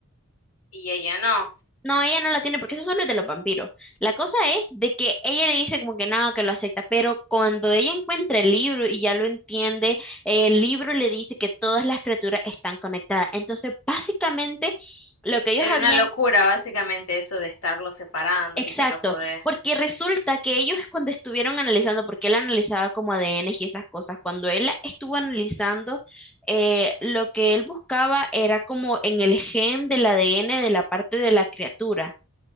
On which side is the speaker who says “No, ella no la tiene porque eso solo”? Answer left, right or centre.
Centre